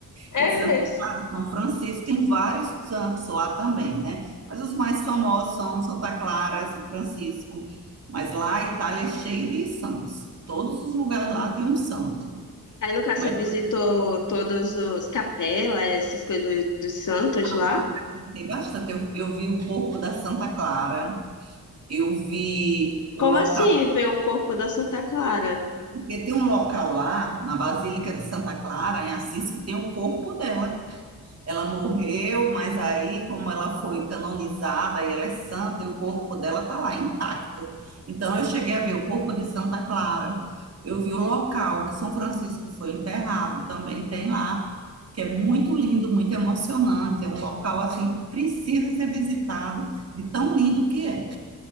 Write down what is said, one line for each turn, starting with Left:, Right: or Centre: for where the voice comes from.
Left: É
Right: É de Santa
Left: mesmo.
Right: São Francisco, tem vários santos lá também, né? Mas os mais famosos são Santa Clara, São Francisco. Mas lá a Itália é cheia de santos. Todos os lugares lá tem um santo.
Left: Aí, no caso,
Right: Mas
Left: você visitou
Right: foi
Left: todos os capelas, essas coisas dos santos
Right: lá,
Left: lá?
Right: frequentei bastante. Eu, eu vi o corpo da Santa Clara, eu vi o
Left: Como
Right: local,
Left: assim ver o corpo da Santa Clara?
Right: porque tem um local lá, na Basílica de Santa Clara, em Assis, que tem o corpo dela, Ela morreu, mas aí, como ela foi canonizada e ela é santa, e o corpo dela está lá intacto. Então, eu cheguei a ver o corpo de Santa Clara. Eu vi o local que São Francisco foi enterrado, também tem lá, que é muito lindo, muito emocionante. É um local assim, que precisa ser visitado, de tão lindo que é.